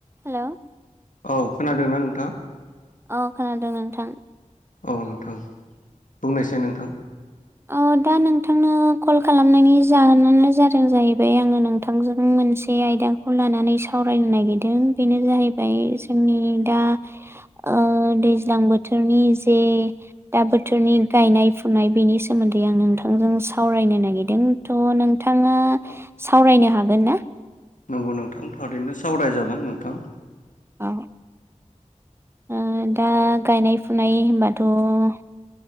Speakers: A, on the right; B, on the left.
A: Hello
B: औ खोनादोंना नोंथांङा
A: औ खोनादों नोंथां
B: औ नोंथां बुंनायसाय नोंथां
A: ओ दा नोंथांनो कल खालामनायनि जाहोनानो जादों जाहैबाय आङो नोंथांजों मोनसे आयदाखौ लानानै साव रायनो नागिरदों बेनो जाहैबाय जोंनि दा ओ दैज्लां बोथोराव नि जे दा बोथोरनि गायनाय फुनाय बेनि सोमोन्दै आं नोंथांजों सावरायनो नागिरदों थ' नोंथांङा सावरायनो हागोन ना?
B: नंगौ नोंथां थारैनो सावराय जागोन नोंथां।
A: औ ओ दा गायनाय फुनाय होनबाथ'